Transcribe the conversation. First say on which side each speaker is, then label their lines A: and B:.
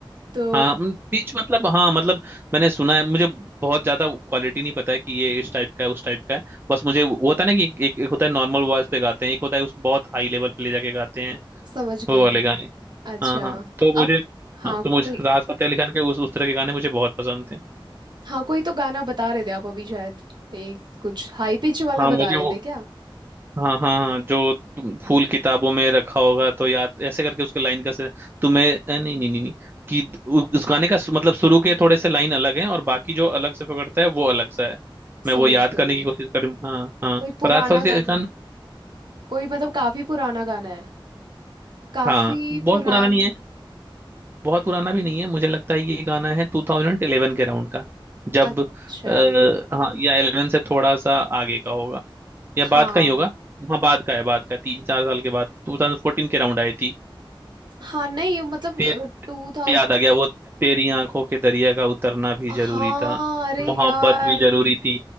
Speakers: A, on the right; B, on the right.
A: तो
B: हाँ, म, पिच मतलब हाँ मतलब मैंने सुना है मुझे बहुत ज्यादा क्वालिटी नहीं पता है कि ये इस टाइप का है उस टाइप का है बस मुझे वो होता है ना कि एक, एक होता है नॉर्मल वॉइस पे गाते हैं एक होता है उसको बहुत हाई लेवल पे ले जाके गाते हैं
A: समझ
B: वो
A: गई
B: वाले गाने
A: अच्छा
B: हाँ हाँ तो
A: अब
B: मुझे
A: हाँ
B: हाँ तो मुझे
A: कोई
B: राहत फतेह अली खान के उस उस तरह के गाने मुझे बहुत पसंद थे
A: हाँ कोई तो गाना बता रहे थे आप अभी शायद एक कुछ हाई पिच वाला
B: हाँ
A: बता
B: मुझे
A: रहे
B: वो
A: थे क्या
B: हाँ हाँ हाँ जो तुम फूल किताबों में रखा होगा तो याद ऐसे करके उसके लाइन का से तुम्हें अ, नहीं नहीं नहीं नहीं कि उ- उस गाने का सु- मतलब शुरू के थोड़े से लाइन अलग हैं और बाकी जो अलग से पकड़ता है वो अलग सा है मैं
A: समझ
B: वो याद
A: गई
B: करने की कोशिश करूँ हाँ हाँ
A: कोई पुराना
B: पर राहत फतेह
A: गाना
B: अली खान
A: कोई मतलब काफी पुराना गाना है काफी
B: हाँ बहुत
A: पुराने
B: पुराना नहीं है बहुत पुराना भी नहीं है मुझे लगता है ये गाना है 2011 के अराउंड का जब
A: अच्छा
B: आ, हाँ या 11 से थोड़ा सा आगे का होगा या
A: हाँ
B: बाद का ही होगा हाँ बाद का है बाद का तीन चार साल के बाद 2014 के अराउंड आई थी
A: हाँ नहीं मतलब
B: ते,
A: टू थाउजेंड
B: याद आ गया वो तेरी आंखों के दरिया का उतरना भी जरूरी
A: हाँ
B: था
A: अरे
B: मोहब्बत
A: यार
B: भी जरूरी थी